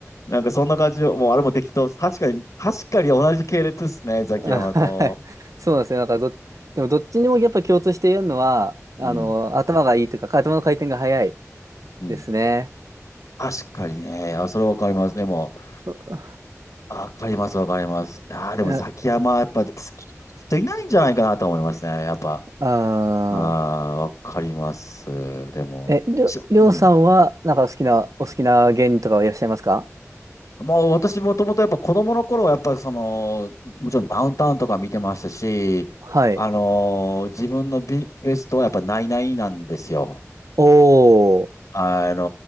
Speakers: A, on the left; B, on the right.
A: なんかそんな感じを、もうあれも適当。確かに、確かに同じ系列ですね、ザキヤマと。
B: <laughs> あはいそうなんですね。なんかど、でもどっちにもやっぱ共通して言えるのは、あの、
A: うん、
B: 頭がいいというか、頭の回転が早い
A: うん。
B: ですね。
A: 確かにね。あ、それわかりますね、もう。
B: そ、
A: あわかります、わかります。ああ、でもザキヤマはやっぱ好きな人いないんじゃないかなと思いますね、
B: え、
A: やっぱ。
B: あ
A: ああ、わかります。でも、
B: ー、え、りょ、
A: しょ、
B: りょうさんは、
A: うん。
B: なんか好きな、お好きな芸人とかはいらっしゃいますか
A: まあ、私もともとやっぱ子供の頃はやっぱその、もちろんダウンタウンとか見てましたし、
B: はい。
A: あのー自分のビ、ベストはやっぱナイナイなんですよ。
B: おー。
A: あの